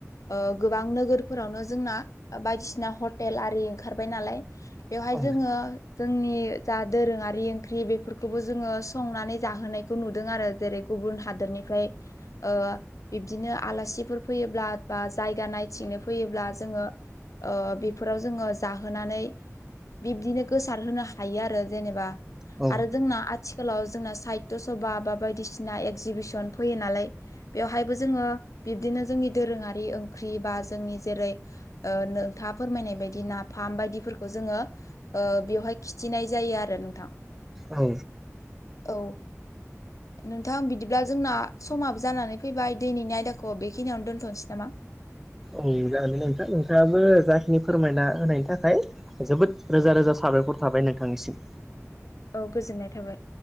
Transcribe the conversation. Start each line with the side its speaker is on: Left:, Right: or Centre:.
Left: ओ गोबां नोगोरफोरावनो जोंना बायदिसिना हटेल आरि ओंखारबाय नालाय बेवहाय
Centre: औ
Left: जोंङो जोंनि जा दोरोङारि ओंख्रि बेफोरखौबो जोंङो संनानै जाहोनायखौ नुदों आरो जेरै गुबुन हादोरनिफ्राय ओ बिब्दिनो आलासिफोर फैयोब्ला बा जायगा नायथिंनो फैयोब्ला जोङो ओ बेफोराव जोंङो जाहोनानै बिब्दिनो गोसार होनो हायो आरो जेनेबा
Centre: औ
Left: आरो जोंना आथिखालाव जोंना साहित्य' सभा बा बायदिसिना एगजिबिसन फैयो नालाय बेवहायबो जोङो बिब्दिनो जोंनि दोरोङारि ओंख्रि बा जोंनि जेरै ओ नोंथाङा फोरमायनाय बायदि नाफाम बायदिफोरखो जोङो ओ बेवहाय खिथिनाय जायो आरो नोंथां।
Centre: औ
Left: औ नोंथां बिदिब्ला जोंना समाबो जानानै फैबाय दैनैनि आयदाखौ बेखिनियावनो दोन्थ'नोसै नामा?
Centre: औ जागोन नोंथां नोंथाङाबो जाखिनि फोरमायना होनायनि थाखाय जोबोद रोजा रोजा साबायर थाबाय नोंथांनिसिम।
Left: औ गोजोननाय थाबाय।